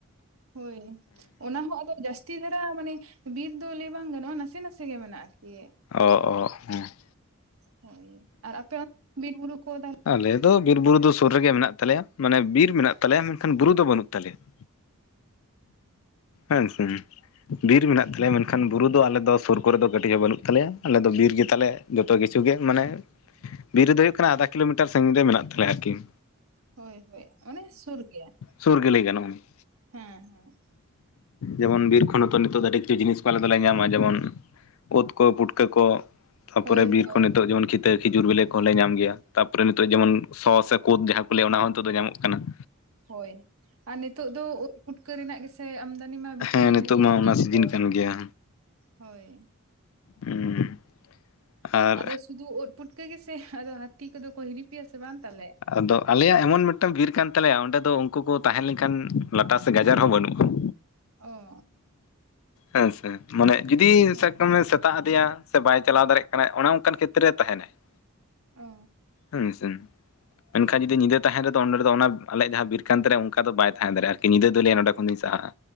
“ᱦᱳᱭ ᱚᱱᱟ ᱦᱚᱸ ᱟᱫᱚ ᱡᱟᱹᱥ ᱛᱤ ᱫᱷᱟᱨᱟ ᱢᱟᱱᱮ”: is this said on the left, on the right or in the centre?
Right